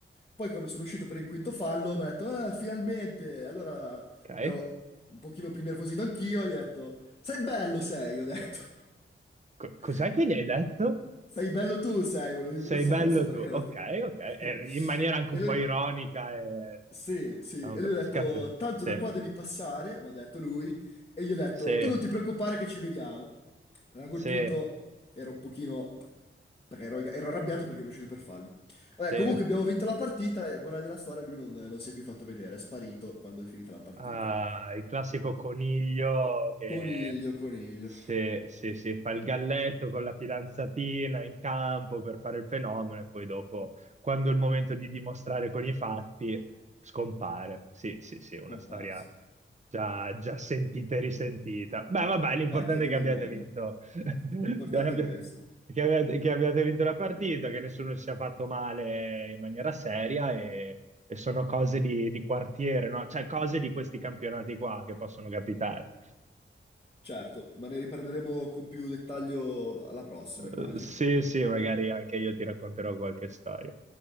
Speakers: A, on the left (about 25°); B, on the right (about 35°).
A: poi quando sono uscito per il quinto fallo mi ha detto, "Ah, finalmente! Allora
B: Ok.
A: ero un pochino più nervosito anch'io, gli ho detto, sei bello sei, ho detto.
B: Co- cos'è
A: <laughs>
B: che gli hai detto?
A: Sei bello tu, sei, volevo-
B: Sei
A: non so,
B: bello
A: non so perché
B: tu, ok,
A: ho detto.
B: ok, Eh,
A: <laughs>
B: in maniera anche
A: E
B: un po'
A: lui,
B: ironica e...
A: sì, sì,
B: diciamo,
A: e
B: per-
A: lui ha detto,
B: Scazzo,
A: tanto
B: sì,
A: da qua devi passare, mi ha detto lui, e gli ho detto,
B: sì,
A: tu non ti preoccupare che ci vediamo. Però a quel
B: sì,
A: punto ero un pochino, perché ero, ero arrabbiato perché ero uscito per falli. Vabbè,
B: sì,
A: comunque abbiamo vinto la partita, e morale della storia, lui non, non si è più fatto vedere, è sparito quando è finita la partita.
B: Ah, il classico coniglio che
A: Coniglio, coniglio,
B: se, se- se fa il galletto con la fidanzatina in campo per fare il fenomeno e poi dopo, quando è il momento di dimostrare con i fatti, scompare. Sì, sì, sì, una
A: comparso,
B: storia già, già sentita e risentita. Beh, vabbè, l'importante
A: vecchia come
B: è che abbiate
A: il mondo.
B: vinto
A: L'importante
B: Che abbi-
A: è questo.
B: che abbiate, che abbiate vinto la partita, che nessuno si sia fatto male in maniera seria e, e sono cose di, di quartiere, no? Cioè cose di questi campionati qua che possono capitare.
A: Certo, ma ne riparleremo con più dettaglio alla prossima,
B: Eh,
A: immagino.
B: sì, sì, magari anche io ti racconterò qualche storia.